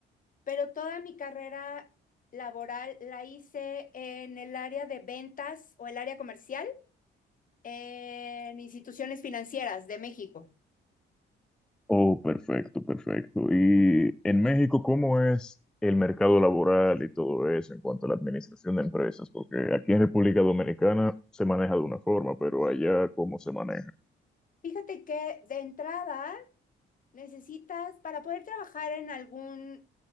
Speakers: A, on the left (about 45°); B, in the centre.
A: pero toda mi carrera laboral la hice en el área de ventas o el área comercial en instituciones financieras de México.
B: Oh, perfecto, perfecto. ¿Y en México cómo es el mercado laboral y todo eso en cuanto a la administración de empresas? Porque aquí en República Dominicana se maneja de una forma, pero allá ¿cómo se maneja?
A: Fíjate que de entrada necesitas, para poder trabajar en algún